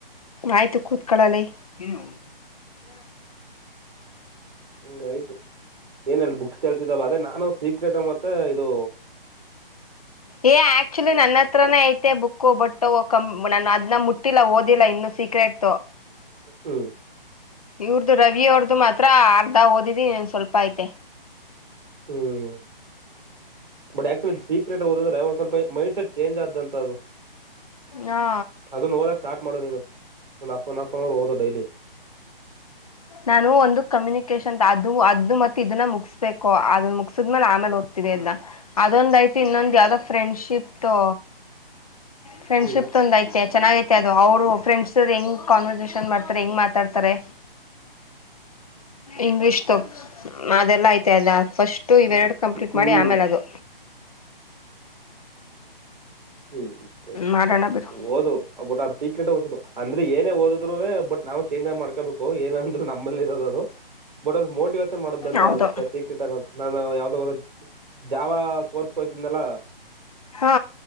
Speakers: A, on the left; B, on the right.
A: ಆಯ್ತು ಕುತ್ಕೊಳ್ಳಲೆ ಹೇಳೋ
B: ನಂದ ಆಯ್ತು ಏನದು ಬುಕ್ಸ್ ಕೇಳುತ್ತಿದ್ದಲ್ಲ ಅದೇ ನಾನು ಸೀಕ್ರೆಟ್ ಮತ್ತೆ ಇದೊ
A: ಏ! ಆಕ್ಚುಲಿ ನನ್ನತ್ರನೇ ಐತೆ ಬುಕ್ಕು ಭಟ್ಟ ನನ್ನ ಅದ್ನ ಮುಟ್ಟಿಲ್ಲ ಮುಟ್ಟಿಲ್ಲ ಇನ್ನು ಓದಿಲ್ಲ ಸೀಕ್ರೆಟು
B: ಹ್ಮ್
A: ಇವ್ರುದು ರವಿ ಅವರದು ಮಾತ್ರ ಅರ್ಧ ಓದಿದ್ದೇನೆ ಇನ್ನು ಸ್ವಲ್ಪ ಐತೆ
B: ಹ್ಮ್ ಬಟ್ ಆಕ್ಚುಲಿ ಅದ ಸೀಕ್ರೆಟ್ ಓದಿದರೆ ಒಂದ್ ಸ್ವಲ್ಪ ಮೈಂಡ್ ಸೆಟ್ ಚೇಂಜ್ ಆದಂತದು
A: ಹಾ
B: ಅದನ್ನ ಓದೋಕೆ ಸ್ಟಾರ್ಟ್ ಮಾಡು ನೀನು ಒನ್ ಆಫ್ ಆನ್ ಅವರ್ ಓದು ಡೈಲಿ
A: ನಾನು ಒಂದು ಕಮ್ಯುನಿಕೇಷನ್ ಅದು ಮತ್ತು ಇದನ್ನ ಮುಗಿಸಬೇಕು ಅದನ್ನು ಮುಗಿಸಿದ ಮೇಲೆ ಆಮೇಲೆ ಓದ್ತೀನಿ
B: ಹ್ಮ್
A: ಇದನ್ನ ಅದೊಂದೇ ಐತೆ ಇನ್ನೊಂದು ಯಾವುದು ಫ್ರೆಂಡ್ಶಿಪ್ ದು ಫ್ರೆಂಡ್
B: ಹ್ಮ್
A: ಶಿಪ್ ದು ಒಂದು ಅಯ್ತೆ ಚೆನ್ನಾಗಿ ಅವರು ಫ್ರೆಂಡ್ಸ್ ಅವರು ಎಂಗ್ ಕನ್ವರ್ಸೇಷನ್ ಮಾಡ್ತಾರೆ ಹೆಂಗ್ ಮಾಡ್ತಾರೆ ತರೆ ಇಂಗ್ಲಿಷ್ ದು ಅದೆಲ್ಲಾ ಐತೆ ಅದಾ ದ್ ಫಸ್ಟ್ ಇವೆರಡು ಕಂಪ್ಲೀಟ್
B: ಹ್ಮ್
A: ಮಾಡಿ ಆಮೇಲೆ ಅದು
B: ಹ್ಮ್ ಸರಿ
A: ಮಾಡೋಣ
B: ಸರಿ
A: ಬಿಡು
B: ಓದು, ಬಟ್ ಅದು ಸೀಕ್ರೆಟಾಗ್ ಒಂದ್ ಸತಿ ಅಂದ್ರೆ ಏನೇ ಓದಿದರೂವೇ ಬಟ್ ನಾವೇ ಚೇಂಜ್ ಮಾಡ್ಕೋಬೇಕು ಏನಂದ್ರು ನಮ್ಮಲ್ಲೇ ಇರೋದು ಅದು ಬಟ್ ಅದು ಮೋಟ ಮೋಟಿವೇಶನ್ ಮಾಡುವಂತದ್ದು
A: ಹೌದು
B: ಸೀಕ್ರೆಟ್ ಏನಾದ್ರು ನಾನು ಯಾವುದು ಅದು ಜಾವಾ ಕೋರ್ಸ್ ಹೊಯ್ತಿದ್ನಲ್ವಾ <inaudible>
A: ಹಾ